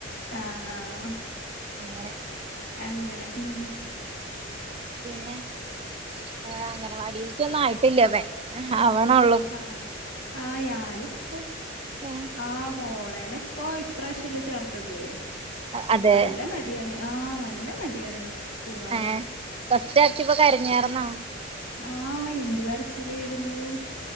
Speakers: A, on the left; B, on the right.
A: ആഹ ആഹ
B: അങ്ങനെ
A: അങ്ങനെ ഉം
B: പിന്നെ ഹെ അങ്ങനവടിൽക്ക ഒന്നും ആയിട്ടില്ല വെ അവണള്ളൂ
A: ആഹ ആയാൽ ഇപ്പൊ
B: താ
A: ആഹ മോളേന ഇപ്പൊ ഇപ്രാവശ്യല്ലേ ചേർത്തത്
B: അതെ
A: നല്ല മടിയാണ് ആഹ് നല്ല മടിയാണ് പോവാന്
B: ഏ ഫസ്റ്റ് ആക്യപ്പോ കരഞ്ഞാർന്നോ
A: ആഹ എന്ത് കരച്ചിലേയിരുന്നു